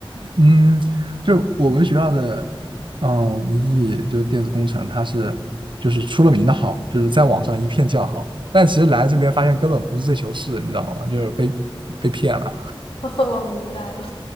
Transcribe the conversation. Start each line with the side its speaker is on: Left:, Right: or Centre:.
Right: 嗯，就我们学校的，嗯，一艺就是电子工程，它是就是出了名的好，就是在网上一片叫好，但其实来这边发现根本不是这球事，你知道吗？就是被被骗了
Left: <laughs> 我明白了。